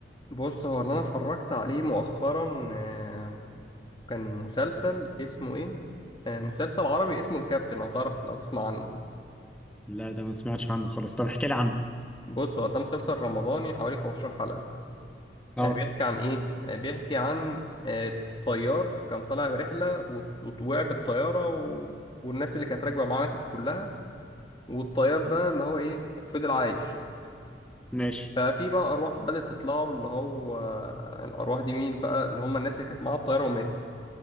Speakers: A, on the left (about 25°); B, in the centre.
A: بص هو اللي انا اتفرجت عليه مؤخرا آه، كان مسلسل اسمه ايه آه، مسلسل عربي اسمه الكابتن لو تعرف لو تسمع عنه
B: لا ده ما سمعتش عنه خالص طب احكي لي عنه
A: بص هو ده مسلسل رمضاني حوالي 15 حلقة
B: اه
A: آه، بيحكي عن ايه آه، بيحكي عن آه، طيار كان طالع برحله وت- وت- وقع بالطياره و... والناس اللي كانت راكبه معاه ماتت كلها والطيار ده اللي هو ايه فضل عايش
B: ماشي
A: ففي بقى ارواح بدات تطلع له اللي هو آه، الارواح دي مين بقى اللي هم الناس اللي كانت معاه الطياره وماتت